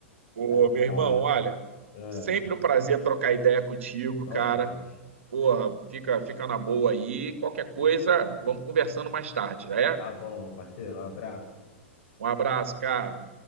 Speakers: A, on the right (about 70°); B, on the left (about 50°).
A: Ô, meu
B: Ah,
A: irmão, olha,
B: ah,
A: sempre um prazer trocar ideia contigo,
B: igualmente.
A: cara. Porra, fica, fica na boa aí. Qualquer coisa, vamos conversando mais tarde, já é?
B: Tá bom, meu parceiro, um abraço.
A: Um abraço, cara.